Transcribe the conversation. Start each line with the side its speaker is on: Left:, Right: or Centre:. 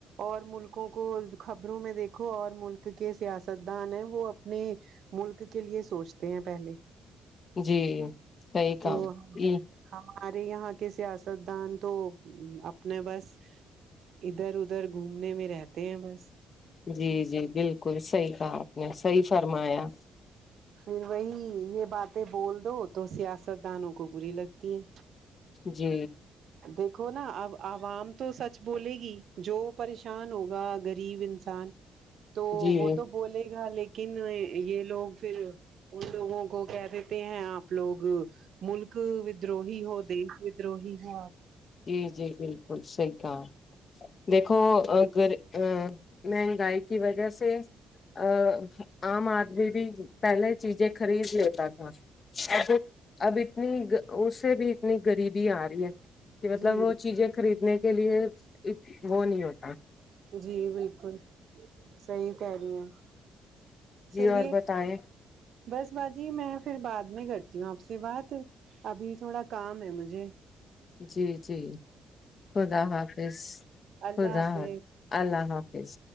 Right: اور ملکوں کو خبروں میں دیکھو اور ملک کے سیاست دان ہیں وہ اپنے ملک کے لیے سوچتے ہیں پہلے
Left: جی صحیح کہا
Right: تو
Left: جی
Right: ہمارے یہاں کے سیاست دان تو اپنے بس ادھر ادھر گھومنے میں رہتے ہیں بس
Left: جی جی بالکل صحیح کہا آپ نے صحیح فرمایا
Right: پھر وہی یہ باتیں بول دو تو سیاست دانوں کو بری لگتی ہے
Left: جی
Right: دیکھو نہ اب عوام تو سچ بولے گی جو پریشان ہوگا غریب انسان تو
Left: جی
Right: وہ تو بولے گا لیکن یہ لوگ پھر ان لوگوں کو کہہ دیتے ہیں آپ لوگ ملک ویدروہی ہو دیش ویدروہی ہو
Left: جی جی بالکل صحیح کہا دیکھو اگر مہنگائی کی وجہ سے ا عام آدمی بھی پہلے چیزیں خرید لیتا تھا اب اب اتنی اس سے بھی اتنی غریبی آ رہی ہے کہ مطلب
Right: جی
Left: وہ چیزیں خرید نے کے لیے ایک وہ نہیں ہوتا
Right: جی بالکل صحیح کہہ رہی ہیں <unintelligible> چلیے
Left: جی اور بتائیں
Right: بس باجی میں پھر بعد میں کرتی ہوں آپ سے بات ابھی تھوڑا کام ہے مجھے
Left: جی جی خدا حافظ
Right: اللہ
Left: خدا
Right: حافظ
Left: اللہ حافظ